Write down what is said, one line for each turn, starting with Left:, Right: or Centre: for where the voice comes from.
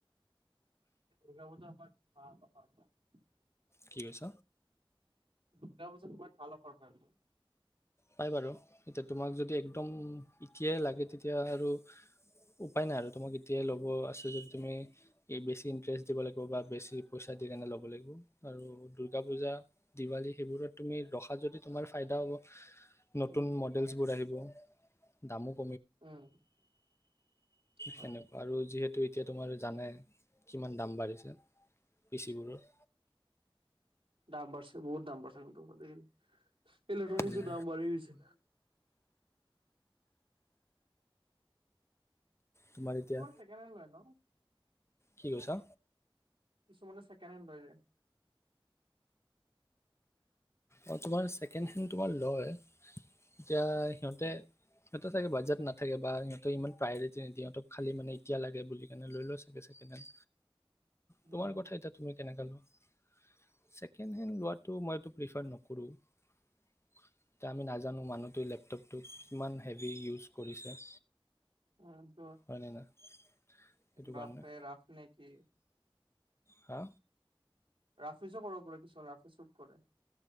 Right: দুৰ্গা পূজা হোৱাৰ পাপ পাপ
Left: কি কৈছ
Right: দুটাৰ বছত মই ফাল পাৰফেম
Left: পাই বাৰু এতিয়া তোমাক যদি একদম এতিয়াই লাগে তেতিয়া এতিয়া আৰু উপায় নাই আৰু তোমাক এতিয়াই ল'ব আছ যদি তুমি বেছি ইণ্টাৰেষ্ট দিব লাগিব বা বেছি পইচা সেইকাৰণে ল'ব লাগিব আৰু দুৰ্গা পূজা দিৱালী সেইবোৰত তুমি ৰখাত যদি তোমাৰ ফাইদা হ'ব নতুন
Right: উম,
Left: মডেলছ বোৰ আহিব। দামুক।
Right: উম। হয়।
Left: সেনেকুৱা আৰু যিহেতু এতিয়া তোমাৰ জানে কিমান দাম বাঢ়িছে, পিচিবোৰৰ।
Right: দাম বাঢ়ছে, বহুত দাম বাঢ়ছে, ম-ত দেখিল। ইলেকট্ৰনিকচৰ
Left: উম,
Right: দাম বাঢ়ি গৈছে।
Left: তোমাৰ এতিয়া
Right: ই বৰ ছেকেণ্ড হেণ্ড লয় ন।
Left: কি কৈছা?
Right: কিছুমানে ছেকেণ্ড হেণ্ড লয় যায়।
Left: অ, তোমাৰ ছেকেণ্ড হেণ্ড তোমাৰ লয়। এতিয়া সিহঁতে, সিহঁতে চাগে বাজেট নাথাকে বা সিহঁতে ইমান প্ৰায়ৰিটি নিদিয়েহঁতক খালী মানে এতিয়া লাগে বুলি কেনে লৈ লয় চাগে ছেকেণ্ড হেণ্ড।
Right: উম
Left: তোমাৰ কথা এতিয়া তুমি কেনেকা লোৱা। ছেকেণ্ড হেণ্ড লোৱাটো মই ৰিফাৰ নকৰোঁ। এতিয়া আমি নাজানো মানুহ এই লেপটপটো কিমান হেভি ইউজ কৰিছে।
Right: অ, ত
Left: হয়নে না সেইটো
Right: ৰাফে
Left: কাৰণে
Right: ৰাফনে কি?
Left: হা?
Right: ৰাফি ইউজো কৰিব পাৰি, কিছুমান ৰাফইউজ ও কৰে।